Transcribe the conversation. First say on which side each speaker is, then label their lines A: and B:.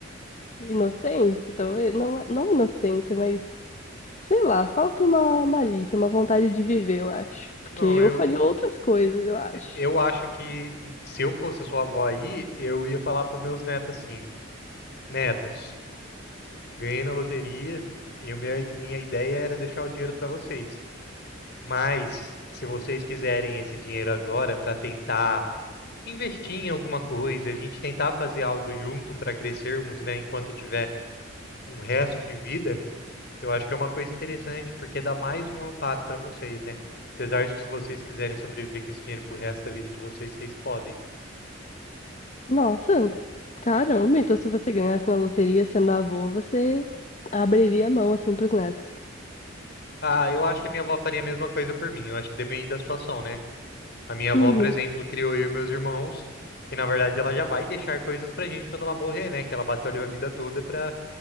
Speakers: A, on the left; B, on the left.
A: inocência, talvez. Não, não inocência, mas sei lá, falta uma malícia, uma vontade de viver, eu acho. Porque
B: Não,
A: eu
B: eu
A: faria outras coisas, eu acho.
B: eu acho que hum, se eu fosse a sua avó aí, eu ia falar pros meus netos assim: Netos, ganhei na loteria e o minha, minha ideia era deixar o dinheiro para vocês. Mas, se vocês quiserem esse dinheiro agora para tentar investir em alguma coisa, a gente tentar fazer algo junto para crescermos, né, enquanto eu tiver um resto de vida. Eu acho que é uma coisa interessante, porque dá mais um amparo para vocês, né? Apesar de que se vocês quiserem sobreviver com esse dinheiro pro resto da vida de vocês, vocês podem.
A: Nossa, caramba, então se você ganhasse na loteria sendo avô, você abriria a mão assim pros netos.
B: Ah, eu acho que a minha avó faria a mesma coisa por mim. Eu acho que depende da situação, né? A minha avó,
A: Uhum.
B: por exemplo, criou eu e meus irmãos, e na verdade ela já vai deixar coisas pra gente quando ela morrer, né? Que ela batalhou a vida toda pra,